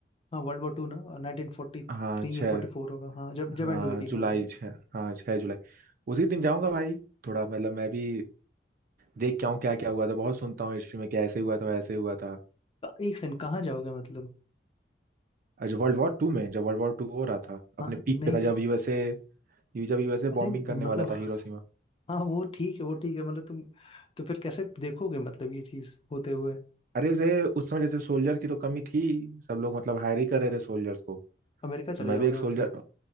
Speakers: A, on the left (about 30°); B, on the right (about 50°).
A: हाँ वर्ल्ड वॉर टू ना नाइनटीन फोर्टी
B: हाँ
A: थ्री
B: छः
A: या फोर्टी फोर होगा हाँ जब जब
B: हाँ
A: एंड हुई थी
B: जुलाई
A: हाँ हाँ
B: छः हाँ छः जुलाई उसी दिन जाऊंगा भाई थोड़ा मतलब मैं भी देख के आऊँ क्या क्या हुआ था बहुत सुनता हूँ हिस्ट्री में क्या ऐसे हुआ था वैसे हुआ था
A: एक सेकंड कहाँ जाओगे मतलब
B: अच्छा वर्ल्ड वॉर टू में जब वर्ल्ड वॉर टू हो रहा था अपने
A: हाँ
B: पीक
A: नहीं
B: पे था जब यूएसए जब यूएसए
A: अरे
B: बॉम्बिंग करने
A: मतलब
B: वाला था हिरोशिमा
A: हाँ वो ठीक है वो ठीक है मतलब तुम तो फिर कैसे देखोगे मतलब ये चीज होते हुए
B: अरे जैसे उस समय जैसे सोल्जर की तो कमी थी सब लोग मतलब हायर ही कर रहे थे सोल्जर्स को
A: अमेरिका
B: तो
A: चले
B: मैं
A: जाओगे
B: भी एक सोल्जर
A: मतलब